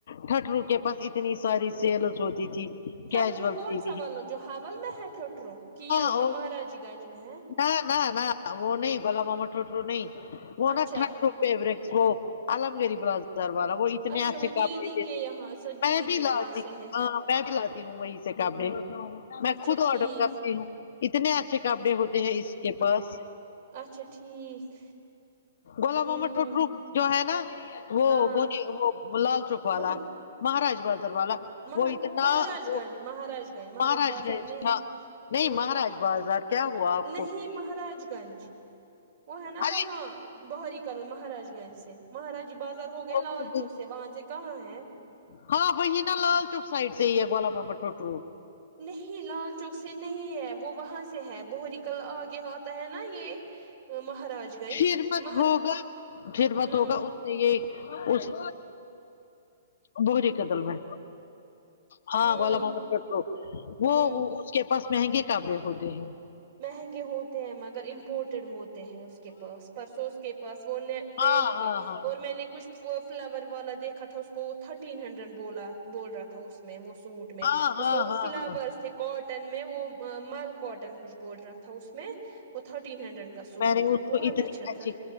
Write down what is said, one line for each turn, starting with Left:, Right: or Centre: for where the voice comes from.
Left: ٹٹرو کے پاس اتنی ساری سیلس ہوتی تھی
Right: تھٹرو
Left: کیجل
Right: کون
Left: سی
Right: سا
Left: لی
Right: والا جو ہاول میں ہے تھوٹرو کیا
Left: اور
Right: جو مہاراجی گنج میں ہے
Left: نہ نہ نہ وہ نہیں گلاب آمنٹوٹ ہو نہیں وہ
Right: اچھا
Left: نہٹھرڈ ہو فیورٹ شو علم گری بس ر والا وہ اتنے
Right: اچھا
Left: اچھے
Right: وہ
Left: کپڑے
Right: دیدی
Left: دیتے
Right: کے یہاں سے دیدی
Left: میں بھی
Right: کے یہاں
Left: لالتی
Right: سے ہے
Left: میں بھی لاتی ہوں وہیں سے کپڈے میں
Right: اچھا
Left: خود
Right: ٹھیک
Left: آڈر کرتی اتنے اچھے کپڑے ہوتے ہیں اس کے پاس
Right: اچھا ٹھیک
Left: گلا
Right: ہوں
Left: معمو ٹٹرو جو ہے نا وہ
Right: ہاں
Left: گونی وہ لال چوک والا
Right: مہر
Left: مہاراج بازار والا
Right: مہاراج
Left: وہ اتنا وہ
Right: گنج مہاراج گنج
Left: مہاراج
Right: بازار
Left: گنج
Right: نہیں
Left: ہاں نہیں
Right: ہاں
Left: مہاراج بازار کیا ہوا آپ
Right: نہیں
Left: کو
Right: مہاراج گنج وہ ہے نا
Left: ارے
Right: وہاں بہری کل مہاراج گنج مہاراجی بازار ہو گئے
Left: وہ
Right: لال
Left: مجھے
Right: چوک سے وہاں سے کہاں ہے
Left: ہاں وہی نا لال چوک سائڈ سے بولا مما ٹوٹرو
Right: نہیں لال چوک سے نہیں ہے وہ وہاں سے ہے بہور کل آگے آتا ہے نا یہ مہاراج گنج
Left: پھر مت
Right: مہر
Left: ہوگا پھر مت
Right: ہمم
Left: ہوگا اس یہ اس بوہری قدل میں ہاں
Right: ہوں
Left: گولا ماما ٹھٹہرو وہ
Right: ہوں
Left: اس کے پاس مہنگے کاپڈے ہوتے ہیں
Right: مہنگے ہوتے ہیں مگر امپورٹیڈ ہوتے ہیں کے پاس پرسوں اس کے پاس وہ نیٹ نیٹ
Left: ہاں ہاں
Right: کا
Left: ہاں
Right: اور میں نے کچھ فلاور والا دیکھا تھا اس کو وہ تھرٹین ہنڈریڈ بولا بول رہا تھا اس میں وہ سوٹ میں
Left: ہاں ہاں
Right: اس میں وہ
Left: ہاں
Right: فلاورز
Left: ہاں
Right: تھ کاٹن میں وہ مل کاٹن کچھ بول رہا تھا اس میں وہ تھرٹین ہنڈریڈ کا سوٹ
Left: میں نے
Right: تھا
Left: اس
Right: بہت
Left: کو اتنی
Right: اچھا تھا
Left: اچھی